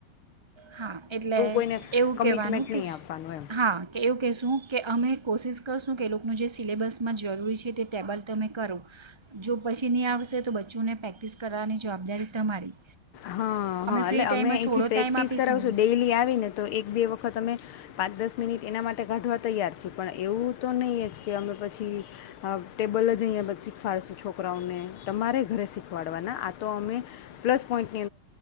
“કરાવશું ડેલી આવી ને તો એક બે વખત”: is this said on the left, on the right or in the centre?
Left